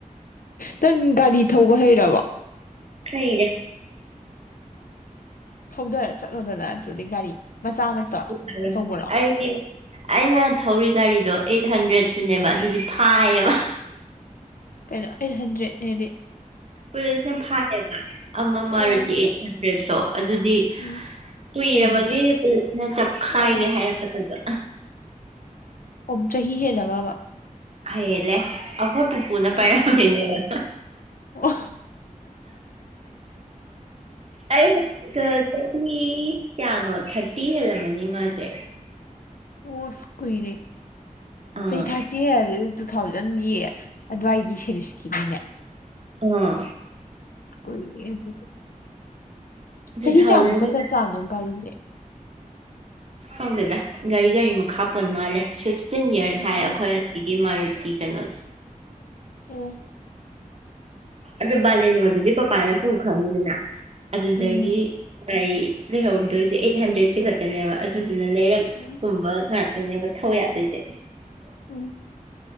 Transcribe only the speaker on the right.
ꯈꯩꯔꯦ
ꯌꯥꯔꯣꯏ
ꯑꯩ ꯑꯩꯅ ꯊꯧꯔꯤ ꯒꯥꯔꯤꯗꯣ ꯑꯩꯠ ꯍꯟꯗ꯭ꯔꯦꯟꯠꯇꯨꯅꯦꯕ ꯑꯗꯨꯗꯤ ꯐꯥꯏꯌꯦꯕ
ꯄꯨꯂꯤꯁꯅ ꯐꯥꯏꯌꯦꯕ ꯑꯃ ꯃꯥꯨꯇꯤ
ꯑꯩꯠ ꯍꯟꯗ꯭ꯔꯦꯠꯇꯣ ꯑꯗꯨꯗꯤ
ꯀꯨꯏꯔꯕꯒꯤ
ꯄꯨꯂꯤꯁꯅ ꯆꯞꯈꯥꯏꯒꯦ
ꯍꯥꯏꯔꯛꯀꯗꯕ
ꯍꯩꯌꯦꯜꯂꯦ ꯑꯩꯈꯣꯏ ꯄꯨꯄꯨꯅ
ꯄꯥꯏꯔꯝꯕꯩꯅꯦꯕꯥ
ꯑꯩ ꯑ ꯆꯍꯤ ꯀꯌꯥꯅꯣ ꯊꯥꯔꯇꯤ ꯍꯦꯜꯂꯝꯃꯅꯤ ꯃꯥꯁꯦ
ꯑꯥ
ꯑꯝ
ꯊꯥꯎꯖꯟ
<inaudible>
ꯍꯪꯗꯦꯗ ꯒꯥꯔꯤ ꯒꯥꯔꯤ ꯃꯈꯥ ꯄꯣꯟ ꯃꯥꯜꯂꯦ ꯁꯐ ꯇꯤꯟ ꯌꯔꯁ
ꯍꯥꯏ ꯑꯩꯈꯣꯏ ꯑꯁꯤꯒꯤ ꯃꯔꯨꯇꯤ ꯀꯩꯅꯣꯁꯦ
ꯑꯗꯨ ꯕꯥꯂꯦꯅꯣꯗꯨꯗꯤ ꯄꯄꯥꯅ ꯄꯨ ꯈꯪꯉꯤꯗꯅ ꯑꯗꯨꯗꯒꯤ
ꯒꯥꯔꯤ ꯂꯩꯍꯧꯗꯣꯏꯁꯦ ꯑꯩꯠ ꯍꯟꯗ꯭ꯔꯦꯠꯁ ꯈꯛꯇꯅꯦꯕ ꯑꯗꯨꯗꯨꯅ ꯂꯩꯔꯛ
ꯑꯗꯨꯝꯕ ꯉꯥꯛꯇꯅꯦꯕ ꯊꯊꯧ ꯌꯥꯗꯣꯏꯁꯦ